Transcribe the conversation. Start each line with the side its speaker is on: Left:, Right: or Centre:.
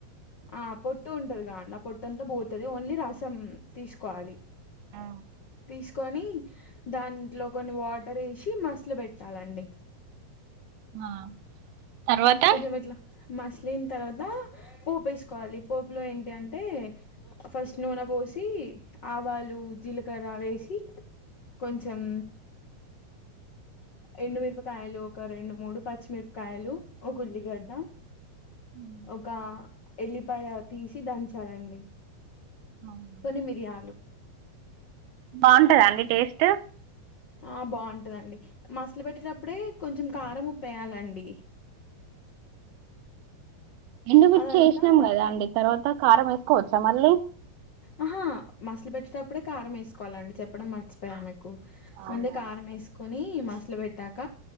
Left: ఆ పొట్టు ఉంటదు కాండి పొట్టంత పోతది ఓన్లీ రసం తీసుకోవాలి.
Right: ఆ
Left: తీసుకొని దాంట్లో కొన్ని వాటర్ ఏసి మసల పెట్టాలండి.
Right: ఆ తర్వాత
Left: కొంచెం ఇట్ల మసిలిన తర్వాత పోపు వేసుకోవాలి. పోపులో ఏంటి అంటే ఫస్ట్ నూనె పో సి ఆవాలు, జీలకర్ర వేసి కొంచెం ఎండుమిరపకాయలు ఒక రెండు మూడు, పచ్చిమిరపకాయలు, ఒక ఉల్లిగడ్డ
Right: ఆ
Left: ఒక ఎల్లిపాయ తీసి దంచాలండి.
Right: అవునా
Left: కొన్ని మిరియాలు
Right: బావుంటదా అండి టేస్ట్?
Left: ఆ బాన్ దండి మసలు పెట్టిటప్పుడే కొంచెం కారం, ఉప్పేయాలండి.
Right: ఎండుమిర్చి
Left: అదంతా
Right: ఏసినం కదా అండి తర్వాత కారం వేసుకోవచ్చా మళ్ళీ?
Left: ఆహా మసల పెట్టేటప్పుడే కారం ఏసుకోవాలండి చెప్పడం మర్చిపోయా మీ కు
Right: అవునా
Left: ముందే కారం ఏసుకొని ఇ మసలబెట్టాక